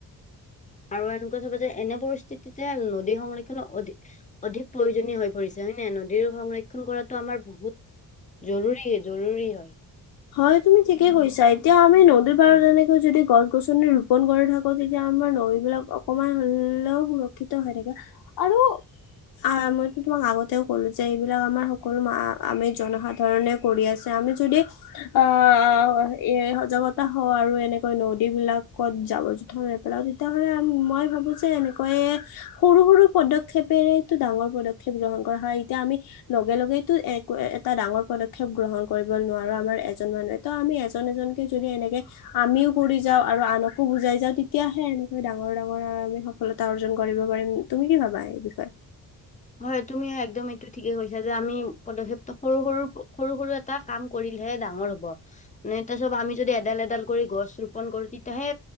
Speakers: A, on the left; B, on the left.
A: আৰু এনেকুৱা চাব যে এনে পৰিস্থিতিতে নদীৰ সংৰক্ষন অধিক অধিক প্ৰয়োজনীয় হৈ পৰিছে। হয়ে ন নদীৰ সংৰক্ষন কৰাতটো আমাৰ বহুত জৰুী জৰুী হয়।
B: হয় তুমি ঠিকেই কৈছা, এতিয়া আমি নদীৰ পাৰত তেনেকৈ যদি গছ গছনি ৰোপন কৰি থাকো, তেতিয়া আমাৰ নদীবিলাক অকমান হ'লেও সুৰক্ষিত হৈ থাকে। আৰু আহ মইো তোমাক আগতেও ক'লো যে এইবিলাক আমাৰ সকলো আমি জনসাধাৰণে কৰি আছে। আমি যদি আহ এ সজাগতা হওঁ আৰু এনেকৈ নদী বিলাকত জাবৰ জোথৰ নেপেলাও, তেতিয়াাহ'লে মই ভাবো যে এনেকৈয়ে সৰু সৰু পদক্ষেপেৰেতো ডাঙৰ পদক্ষেপ গ্ৰহণ কৰা হয়। এতিয়া আমি লগে লগেইো একো এটা ডাঙৰ পদক্ষেপ গ্ৰহণ কৰিব নোৱাৰো। আমাৰ এজন মানুহে ত আমি এজন এজনকে যদি এনেকে আমিও কৰি যাওঁ আৰু আনকো বুজাই যাওঁ, তেতিয়াাহে এনেকৈ ডাঙৰ ডাঙৰ আৰু আমি সফলতা অৰ্জন কৰিব পাৰিম তুমি কি ভাবা এই বিষয়ে?
A: হয় তুমি একদম এইটো ঠিকেই কৈছা। যে আমি পদক্ষেপটো সৰু সৰু সৰু সৰু এটা কাম কৰিলেহে ডাঙৰ হ'ব, মানে তাৰ চব আমি যদি এডাল এডাল কৰি গছ ৰোপন কৰো তেতিয়াহে